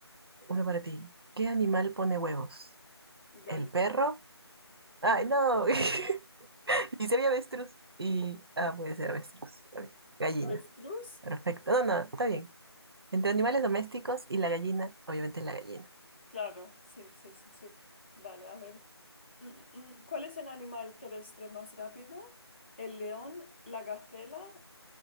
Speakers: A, on the right (about 60°); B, on the left (about 25°).
A: uno para ti. ¿Qué animal pone huevos?
B: Gallina.
A: ¿El perro? ¡Ay, no! <laughs> Y sería avestruz. Y, ah, puede ser avestruz. Está bien. Gallina.
B: Avestruz.
A: Perfecto. No, no, está bien. Entre animales domésticos y la gallina, obviamente es la gallina.
B: Claro, sí, sí, sí, sí. Vale, a ver. Mm, mm, ¿Cuál es el animal terrestre más rápido? ¿El león, la gacela,